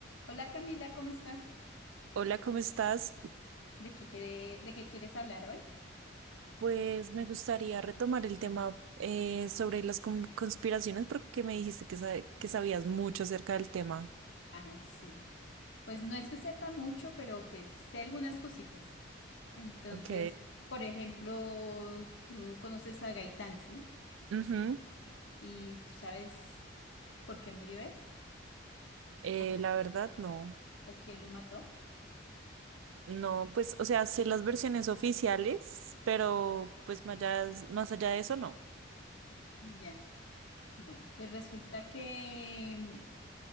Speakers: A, on the left; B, on the right.
A: Hola Camila, ¿cómo estás?
B: Hola, ¿cómo estás?
A: ¿De qué quiere- de qué quieres hablar hoy?
B: Pues me gustaría retomar el tema eh, sobre las con- conspiraciones porque me dijiste que, sa- que sabías mucho acerca del tema.
A: Ay, sí. Pues no es que sepa mucho, pero pues sé algunas cositas. Entonces,
B: Ok,
A: por ejemplo, tú conoces a Gaitán, ¿sí?
B: Ujú.
A: ¿Y tú sabes por qué murió él?
B: Eh,
A: ¿O, qui-
B: la verdad, no.
A: o quién lo mató?
B: No, pues, o sea, sé las versiones oficiales, pero pues más allá, más allá de eso, no.
A: Ya. Bueno, pues resulta que mm,